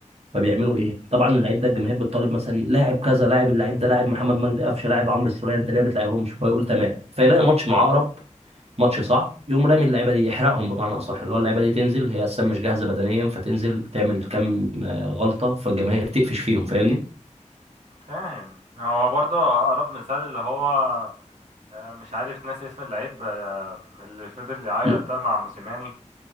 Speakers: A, on the right; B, on the right.
A: فبيعملوا ايه طبعا اللعيب ده الجماهير بتطالب مثلا لاعب كذا لاعب اللعيب ده لاعب محمد مجدي قفشه لاعب عمرو السولية انت ليه ما بتلعبهمش فيقول تمام فيلاقي ماتش مع عقرب ماتش صعب يقوم رامي اللعيبه دي يحرقهم بمعنى اصح اللي هو اللعيبه دي تنزل هي اصلا مش جاهزه بدنيا فتنزل تعمل كم آه، غلطه فالجماهير تقفش فيهم فاهمني
B: فاهم هو برضو أقرب مثال اللي هو آه، مش عارف ناسي اسم اللعيب آه، اللي فضل يعيط
A: م-
B: ده مع موسيماني